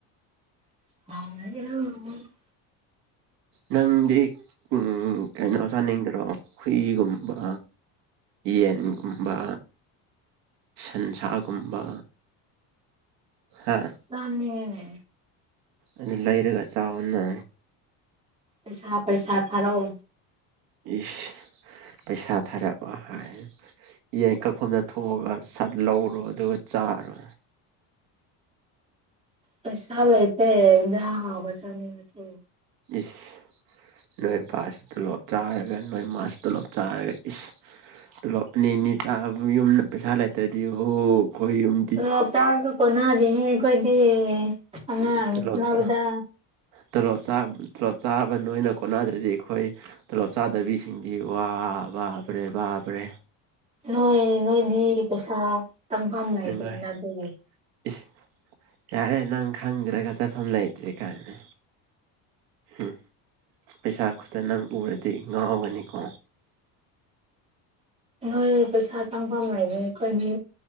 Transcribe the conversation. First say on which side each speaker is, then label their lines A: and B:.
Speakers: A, on the right; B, on the right.
A: <inaudible>
B: ꯅꯪꯗꯤ ꯎꯪ ꯀꯩꯅꯣ ꯆꯥꯅꯤꯡꯗ꯭ꯔꯣ ꯍꯨꯏꯒꯨꯝꯕ ꯌꯦꯟꯒꯨꯝꯕ ꯁꯟꯁꯥꯒꯨꯝꯕ꯫ ꯍꯥ꯫
A: ꯆꯥꯅꯤꯡꯉꯤꯅꯦ꯫
B: ꯑꯗꯨ ꯂꯩꯔꯒ ꯆꯥꯎꯅ꯫
A: ꯄꯩꯁꯥ ꯄꯩꯁꯥ ꯊꯥꯔꯛꯑꯣ꯫
B: ꯏꯁ ꯄꯩꯁꯥ ꯊꯥꯔꯛꯑꯣ ꯍꯥꯏ꯫ ꯌꯦꯟ ꯀꯛꯐꯝꯗ ꯊꯣꯛꯑꯒ ꯁꯠ ꯂꯧꯔꯣ ꯑꯗꯨꯒ ꯆꯥꯔꯣ꯫
A: ꯄꯩꯁꯥ ꯂꯩꯇꯦ ꯏꯟꯖꯥꯡ ꯍꯥꯎꯕ ꯆꯅꯤꯡꯉꯁꯨ꯫
B: ꯏꯁ꯫ ꯅꯣꯏ ꯕꯥꯁꯨ ꯇꯣꯂꯣꯞ ꯆꯥꯔꯒ ꯅꯣꯏ ꯃꯥꯁꯨ ꯇꯣꯂꯣꯞ ꯆꯥꯔꯒ ꯏꯁ꯫ ꯇꯣꯂꯣꯞ ꯑꯅꯤ ꯑꯅꯤ ꯆꯥꯕ ꯌꯨꯝꯅ ꯄꯩꯁꯥ ꯂꯩꯇ꯭ꯔꯗꯤ ꯍꯣ ꯑꯩꯈꯣꯏ ꯌꯨꯝ
A: ꯇꯣꯂꯣꯞ ꯆꯥꯔꯁꯨ ꯀꯣꯟꯅꯗꯦꯅꯦ ꯑꯩꯈꯣꯏꯗꯤ꯫ ꯑꯉꯥꯡ
B: ꯑꯦ ꯇꯣꯂꯣꯞ
A: ꯍꯣꯠꯅꯕꯗ
B: ꯆꯥ ꯇꯣꯂꯣꯞ ꯆꯥ ꯇꯣꯂꯣꯞ ꯆꯥꯕ ꯅꯣꯏꯅ ꯀꯣꯟꯅꯗ꯭ꯔꯗꯤ ꯑꯩꯈꯣꯏ ꯇꯣꯂꯣꯞ ꯆꯥꯗꯕꯤꯁꯤꯡꯗꯤ ꯋꯥ ꯕꯥꯄ꯭ꯔꯦ ꯕꯥꯄ꯭ꯔꯦ꯫
A: ꯅꯣꯏ ꯅꯣꯏꯗꯤ ꯄꯩꯁꯥ ꯆꯪꯐꯝ ꯂꯩꯇ꯭ꯔꯦꯅ
B: ꯅꯨꯡꯉꯥꯏ
A: ꯑꯗꯨꯒꯤ꯫
B: ꯏꯁ ꯌꯥꯔꯦ ꯅꯪ ꯈꯪꯗ꯭ꯔꯒ ꯆꯠꯐꯝ ꯂꯩꯇꯦ ꯀꯥꯏꯅ꯫ ꯍꯨꯡ ꯄꯩꯁꯥ ꯈꯨꯠꯇ ꯅꯪ ꯎꯔꯗꯤ ꯉꯥꯎꯒꯅꯤꯀꯣ꯫
A: ꯅꯣꯏ ꯄꯩꯁꯥ ꯆꯪꯐꯝ ꯂꯩꯔꯣꯏ ꯑꯩꯈꯣꯏꯗꯤ